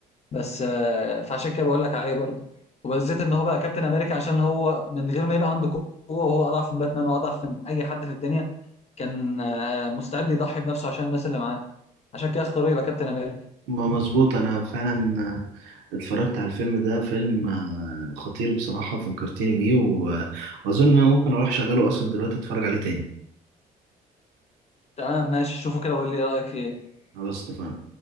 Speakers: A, on the left; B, on the right.
A: بس آه، فعشان كده بقول لك عليه برضو وبالذات ان هو بقى كابتن امريكا عشان هو من غير ما يبقى عنده قوه وهو اضعف من باتمان واضعف من اي حد في الدنيا كان آه، مستعد يضحي بنفسه عشان الناس اللي معاه عشان كده اختاروا يبقى كابتن امريكا
B: ما مظبوط انا فعلا آه، اتفرجت على الفيلم ده فيلم آه، خطير بصراحه فكرتني بيه و- واظن انا ممكن اروح اشغله اصلا دلوقتي اتفرج عليه تاني
A: تمام ماشي شوفوا كده وقول لي رايك فيه ايه
B: خلاص اتفقنا